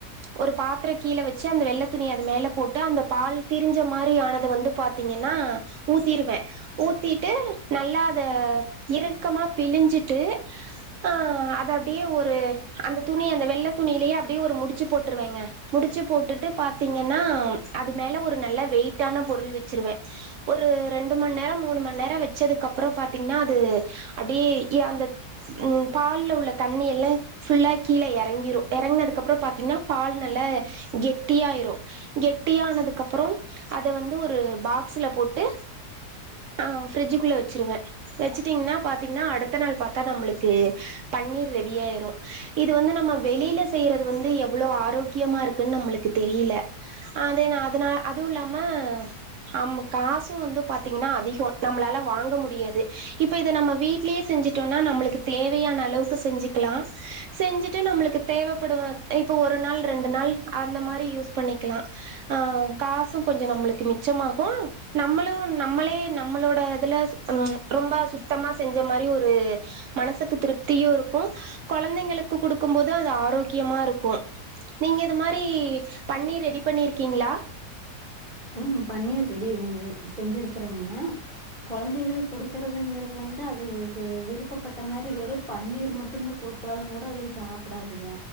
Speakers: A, on the right; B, on the right.
A: ஒரு பாத்ரொ கீழ வச்சு அந்த வெள்ள துணிய அது மேல போட்டு அந்த பால் திரிஞ்ச மாரி ஆனத வந்து பாத்தீங்கன்னா ஊத்திருவே ஊத்திட்டு நல்லா அத இரு க்கமா பிழிஞ்சிட்டு ஆ அத அப்டியே ஒரு அந்த துணி அந்த வெள்ள துணிய்லயே அப்டியே ஒரு முடிச்சு போட்ருவேங்க முடிச்ச போட்டுட்டு பாத்தீங்கன்னா அது மேல ஒரு நல்ல வெயிட்டான பொருள் வச்சிருவே ஒரு ரெண்டு மண் நேரம் மூணு மண் நேரம் வச்சதுக்கப்பறொ பாத்தீங்னா அது அப்டியே இ அந்த ம் பால்ல உள்ள தண்ணி எல்லா ஃபுல்லா கீழே எ றங்கிரு எறங்குனதுக்கப்றொ பாத்தீங்னா பால் நல்லா கெட்டியாய்ரு கெட்டியானதுக்கப்றொ அத வந்து ஒரு பாக்ஸுல போட் டு ஆ ஃப்ரிட்ஜுக்குள்ள வெச்சிருவ வெச்சட்டீங்னா பாத்தீங்னா அடுத்த நாள் பாத்தா நம்மளுக்கு பன்னீர் ரெடியாய்ரு இது வந்து நம்ம வெளில செய்றது வந்து எவ்ளோ ஆரோக்கியமா இருக்குன் நம்மளுக்கு தெரிய்ல அ அதே நா அதுனால அதுவு இல்லாம ஆம காசு வந்து பாத்தீங்கன்னா அதிகொ நம்ளால வாங்க முடியாது இப்ப இத நம்ம வீட்லயே செஞ்சுட்டோன்னா நம்மளுக்கு தேவையான அளவுக்கு செஞ்சிக்லா செஞ்சுட்டு நம்மளுக்கு தேவப்படு இப்ப ஒரு நாள் ரெண்டு நாள் அந்த மாரி யூஸ் பண்ணிக்கெலா ஆ காசு கொஞ்சொ நம்மளுக்கு மிச்சமாக நம்மளு நம்மளே நம்மளோட இதுல ம் ரொம்ப சுத்தமா செஞ்ச மாரி ஒரு மனசுக்கு திருப்த்தியு இருக்கு கொழந்தைங்களுக்கு குடுக்கும் போ து அது ஆரோக்கியமா இருக்கு நீங்க இது மாரி பன்னீர் ரெடி பண்ணிருக்கீங்ளா
B: ம் பன்னீர் ரெடி செஞ்சிருக்குறங்க கொழந்தைகளுக் குடுக்கறதுங்குறது வந்து அதுகளுக்கு விருப்பப்பட்ட மாரி வெறு பன்னீர் மட்டுமே குடுத்தாலுங் கூட அதுக சாப்டாதுக